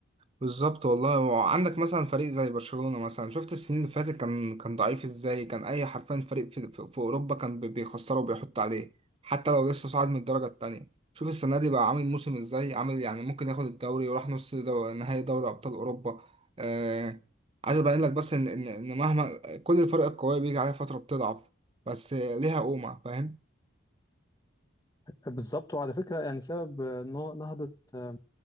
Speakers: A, on the right; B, on the left.
A: بالظبط والله وعندك مثلا فريق زي برشلونة مثلا شفت السنين اللي فاتت كان كان ضعيف ازاي كان اي حرفيا فريق في, في, في اوروبا كان بي- بيخسره وبيحط عليه حتى لو لسه صاعد من الدرجة التانية شوف السنة دي بقى عامل موسم ازاي عامل يعني ممكن ياخد الدوري وراح نص دو... نهائي دوري ابطال اوروبا آه... عايز ابين لك بس ان ان إن مهما كل الفرق القوية بيجي عليها فترة بتضعف بس ليها قومة فاهم
B: بالظبط وعلى فكرة يعني سبب آه، نه- نهضة آه،